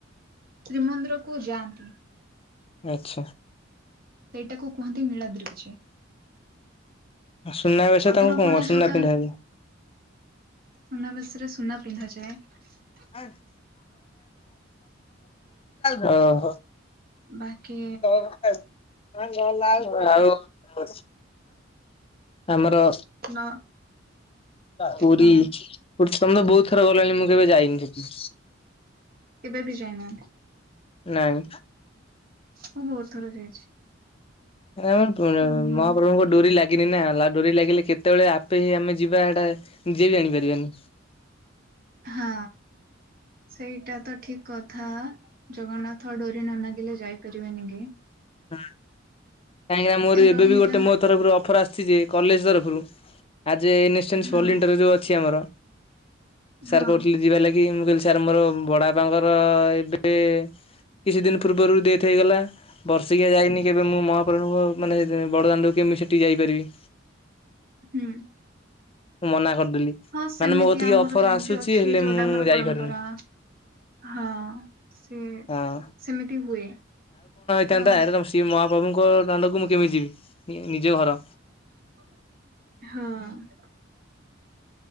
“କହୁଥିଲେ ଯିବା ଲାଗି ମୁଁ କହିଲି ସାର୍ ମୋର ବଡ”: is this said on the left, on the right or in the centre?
Left